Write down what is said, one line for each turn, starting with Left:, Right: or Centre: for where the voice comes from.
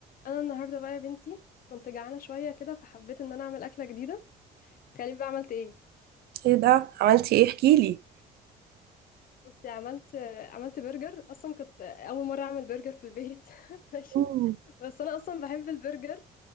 Left: انا النهارده بقى يا بنتي كنت جعانه شويه كده فحبيت ان انا اعمل اكله جديده تخيلي بقى عملت ايه
Right: ايه ده عملتي ايه احكيلي
Left: بصي عملت عملت برجر اصلا كنت اول مره اعمل برجر في البيت <laughs> ماشي
Right: مم.
Left: بس انا اصلا بحب البرجر